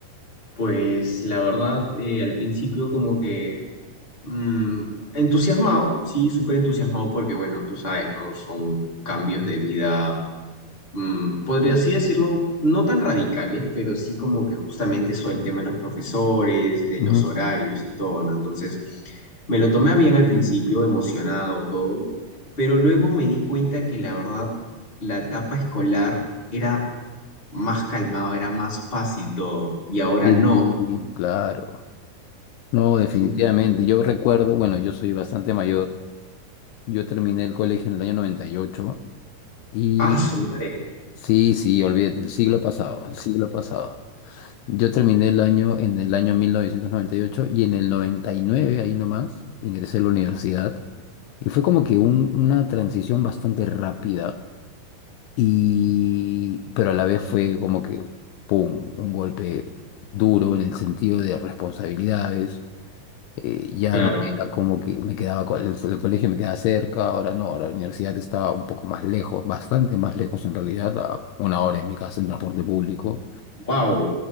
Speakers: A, on the left (about 20°); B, on the left (about 80°).
A: Pues la verdad, eh, al principio como que mm, entusiasmado, sí, súper entusiasmado porque bueno, tú sabes, ¿no? Son cambios de vida mm, podría así decirlo, no tan radicales, pero sí como que justamente eso del tema de los profesores, de
B: Ujú.
A: los horarios y todo, ¿no? Entonces, me lo tomé a bien al principio, emocionado, todo, pero luego me di cuenta que la verdad, la etapa escolar era más calmado, era más fácil todo, y ahora
B: Sí,
A: no.
B: claro. No, definitivamente.
A: Fue un-
B: Yo recuerdo, bueno, yo soy bastante mayor. Yo terminé el colegio en el año 98 y
A: ¡Ah, su madre!
B: sí, sí, olvídate, el siglo pasado, el siglo pasado. Yo terminé el año en el año 1998 y ocho y en el 99, ahí nomás, ingresé a la universidad. Y fue como que un- una transición bastante rápida, y, pero a la vez fue como que, ¡pum!, un golpe duro en el sentido de responsabilidades. Eh, ya
A: Claro,
B: no era como que me quedaba, co- el, el colegio me quedaba cerca, ahora no, ahora la universidad estaba un poco más lejos, bastante más lejos en realidad, a una hora en mi casa en transporte público.
A: wow.